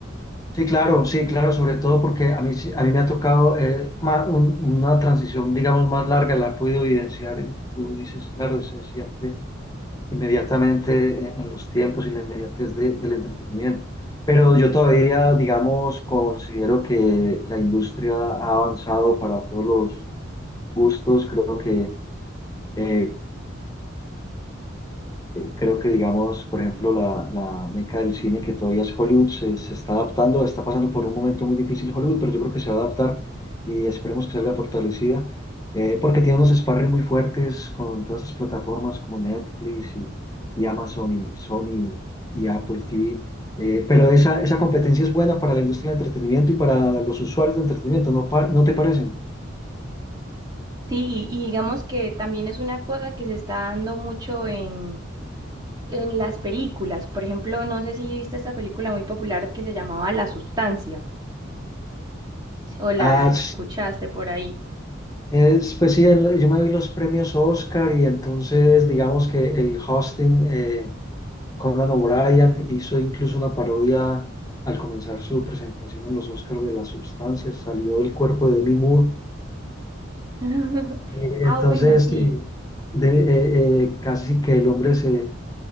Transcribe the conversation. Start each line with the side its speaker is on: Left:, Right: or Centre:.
Left: Sí, claro, sí, claro, sobre todo porque a mí, sí- a mí me ha tocado eh, ma- un- una transición, digamos, más larga, la he podido evidenciar y lo que tú dices, claro, se siente inmediatamente eh, en los tiempos y la inmediatez de- del entretenimiento. Pero yo todavía, digamos, considero que la industria ha avanzado para todos los gustos. Creo que eh, Creo que, digamos, por ejemplo, la, la meca del cine que todavía es Hollywood se, se está adaptando, está pasando por un momento muy difícil Hollywood, pero yo creo que se va a adaptar y esperemos que salga fortalecida, eh, porque tiene unos sparring muy fuertes con todas esas plataformas como Netflix y, y Amazon y Sony y Apple TV. Eh, pero esa, esa competencia es buena para la industria del entretenimiento y para los usuarios de entretenimiento, ¿no, pa- no te parece?
Right: Sí, y y digamos que también es una cosa que se está dando mucho en en las películas. Por ejemplo, no sé si viste esta película muy popular que se llamaba La Sustancia o la
Left: Ah,
Right: escuchaste por ahí.
Left: Es, pues sí, el- yo me vi los premios Oscar y entonces digamos que el hosting, eh, Conan O'Brien, hizo incluso una parodia al comenzar su presentación en los Oscars de las sustancias, salió del cuerpo de Demi Moore.
Right: <laughs>
Left: Eh,
Right: Ah,
Left: Entonces,
Right: bueno, sí.
Left: eh, de- eh, eh, casi que el hombre se,